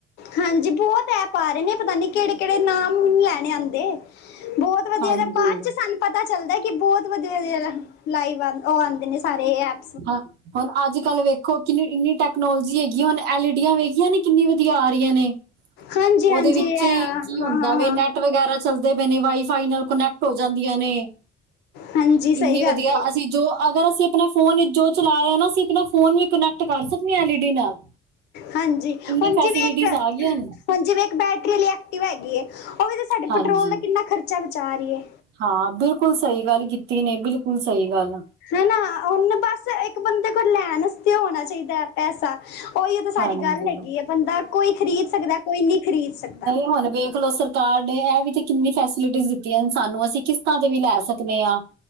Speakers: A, on the left; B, on the right.
A: ਹਾਂਜੀ, ਬੋਤ ਐਪ ਆ ਰਏ ਨੇ, ਪਤਾ ਨੀ ਕੇੜੇ-ਕੇੜੇ, ਨਾਮ ਵੀ ਨੀ ਲੈਣੇ ਆਂਦੇ, ਬੋਤ ਵਧੀਆ,
B: ਹਾਂਜੀ
A: ਵਧੀਆ ਬਾਦ ਚ ਸਾਨੂੰ ਪਤਾ ਚੱਲਦਾ ਕਿ ਬੋਤ ਵਧੀਆ, ਵਧੀਆ ਲਾਈਵ ਆਂਦੇ ਓਹ ਆਂਦੇ ਨੇ ਸਾਰੇ ਐਪ।
B: ਹਾਂ, ਹੁਣ ਅੱਜ-ਕੱਲ ਵੇਖੋ ਕਿਨੀ ਇਨੀ ਟੈਕਨੋਲਜੀ ਹੈਗੀ ਏ, ਹੁਨ ਐਲ ਈਡੀਆਂ ਵੇਖੀਆਂ ਨੇ ਕਿਨੀ ਵਧੀਆ ਆ ਰਈਆਂ ਨੇ।
A: ਹਾਂਜੀ ਹਾਂਜੀ
B: ੳਦੇ ਵਿੱਚੋ
A: ਹਾਂ
B: ਈ, ਕੀ ਹੁੰਦਾ
A: ਹਾਂ
B: ਵੇ,
A: ਹਾਂ
B: ਨੈਟ ਵਗੈਰਾ ਚੱਲਦੇ ਪਏ ਨੇ ਵਾਈ-ਫਾਈ ਨਾਲ ਕੋਨੈਕਟ ਹੋ ਜਾਂਦੀਆਂ ਨੇ,
A: ਹਾਂਜੀ ਸਹੀ
B: ਇਨੇ
A: ਗੱਲ
B: ਵਧੀਆ
A: ਏ
B: ਅਸੀ ਜੋ ਅਗਰ ਅਸੀ ਅਪਨੇ ਫੋਨ ਇਚ ਜੋ ਚਲਾ ਰਏ ਆ ਨਾ ਅਸੀ ਫੋਨ ਵੀ ਕਨੈਕਟ ਕਰ ਸਕਨੇ ਆਂ ਐਲ ਈ ਡੀ ਨਾਲ,
A: ਹਾਂਜੀ
B: ਇਨੀ
A: ਹੁਣ
B: ਫੈਸਿਲਿਟੀਜ
A: ਜਿਵੇਂ ਇੱਕ
B: ਆ ਗਈਆਂ ਅਨ।
A: ਹੁਣ ਜਿਵੇਂ ਇਕ ਬੈਟਰੀ ਆਲੀ ਐਕਟਿਵਾ ਹੈਗੀ ਏ, ੳਹ ਵੀ ਤੇ ਸਾਡੇ
B: ਹਾਂਜੀ
A: ਪੈਟਰੋਲ ਦਾ ਕਿਨਾ ਖਰਚਾ ਬਚਾ ਰਈ ਏ।
B: ਹਾਂ, ਬਿਲਕੁਲ ਸਹੀ ਗੱਲ ਕੀਤੀ ਨੇ, ਬਿਲਕੁੱਲ ਸਹੀ ਗੱਲ।
A: ਹੈਨਾ, ਹੁਨ ਬਸ ਇੱਕ ਬੰਦੇ ਕੋਲ ਲੈਣ ਅਸਤੇ ਹੋਨਾ ਚਈਦਾ। ਪੈਸਾ, ੳਈੳ ਤੇ ਸਾਰੀ
B: ਹਾਂਜੀ
A: ਗੱਲ ਹੈਗੀ ਏ, ਬੰਦਾ ਕੋਈ ਖਰੀਦ ਸਕਦਾ ਕੋਈ ਨਈ ਖਰੀਦ ਸਕਦਾ।
B: ਹੋਨ ਵੇਖ ਲੋ ਸਰ ਕਾਰ ਨੇ ਐ ਵੀ ਤੇ ਕਿਨੀ ਫੈਸਿਲਿਟੀਜ ਦਿੱਤੀਆਂ ਨੇ ਸਾਨੂੰ ਅਸੀ ਕਿਸਤਾਂ ਤੇ ਵੀ ਲੈ ਸਕ ਸਕਨੇ ਆਂ